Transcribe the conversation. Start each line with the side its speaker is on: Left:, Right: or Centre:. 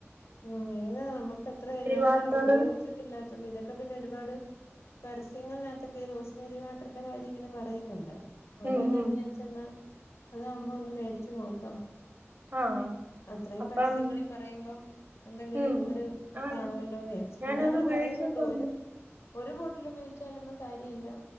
Left: ഉം ഏതാ നമുക്കത്രെ ഞാനങ്ങനെ
Right: വാട്ടറ്
Left: ഉപയോഗിച്ചിട്ടില്ലാത്തൊണ്ട് ഇതൊക്കെ പിന്നൊരുപാട് പരസ്യങ്ങൾ നകത്തൊക്കെ ഈ റോസ് മേരി വാട്ടർന്റെ കാര്യം ഇങ്ങനെ പറയുന്നുണ്ട് ത അതാ
Right: ഉം,
Left: ഞാൻ
Right: ഉം.
Left: വിജാരിച്ചെന്നാ അതാകുമ്പോ ഒന്ന് മേടിച്ച് നോക്കാം
Right: ആഹ്
Left: അത്രയും
Right: അപ്പം
Left: പരസ്യങ്ങളി പറയുമ്പം എന്തെങ്കിലും
Right: ഉം.
Left: ഒരു ത്
Right: ആണ്.
Left: കാണുമല്ലോന്ന് ചാരിച്ചു
Right: ഞാനത്
Left: പിന്നെ അവര്
Right: ഉപയോഗിച്ചിട്ടുണ്ട്.
Left: പറയുന്നുണ്ട് ഒരു ഒരു ബോട്ടിലുപയോഗിച്ചാലൊന്നും കാര്യ ഇല്ല്യ.